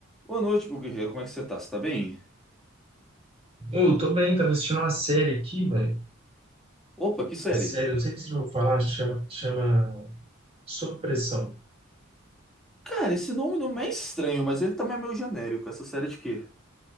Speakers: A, in the centre; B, on the right.
A: Boa noite, meu guerreiro. Como é que você tá? Você tá bem?
B: Ô, Eu tô bem, tava assistindo uma série aqui, velho.
A: Opa, que série?
B: A série, eu não sei se eu vou falar, chama, chama Sob Pressão.
A: Cara, esse nome não é estranho, mas ele também é meio genérico. Essa série é de quê?